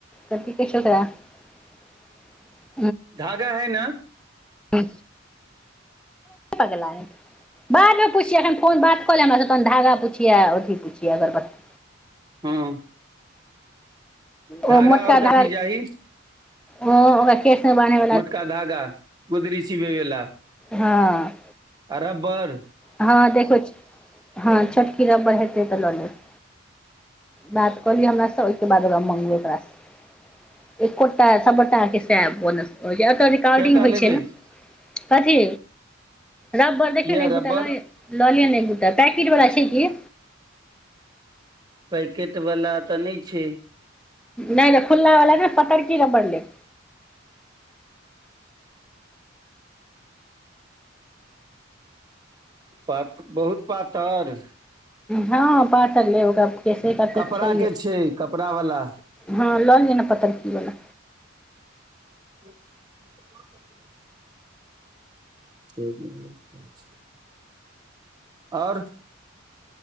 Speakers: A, in the centre; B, on the right.
A: कथी कहै छै ओकरा <inaudible>
B: धागा है नऽ
A: धौ पगल नम तऽ बादमे पुछिये एखन फोन बात कऽ ले हमर सँ अपन धागा पुछिये आ अथी पुछिये अगरबती
B: हँ धागा
A: ओ मोटका
B: और कथी
A: घाग
B: चाही
A: ओ ओकरा केस मऽ बानहैय
B: मोटका धागा गुदरी सिबैय वला
A: हँ
B: आ रब्बर
A: हँ देखबैय हँ छोटकी रमबर हेतै तऽ लऽ लेब बात कऽ लियै हमर से ओहि केँ बाद ओकरा मंगगबै ओकरासँ एकोटा सबट सबा के सैह एत रिकॉर्डिंग
B: केटा
A: होइ
B: लेबै
A: छै नऽ कथी रबबर देखियौ
B: यैह
A: नऽ
B: रबड़
A: ले येलियन एक दूटा पैकेट वलाा छै कि
B: पैकेट वला तऽ नहि छै
A: नै नै खुल्ला वला न पतरकी रब्बर ले
B: प बहुत पातर
A: हँ पातर ले ओकरा केसे काटैके
B: कपड़ा
A: छैहे
B: के छै कपड़ा वाला
A: हँ लऽ लिय न पतरकी बला
B: ह्म <inaudible> आओर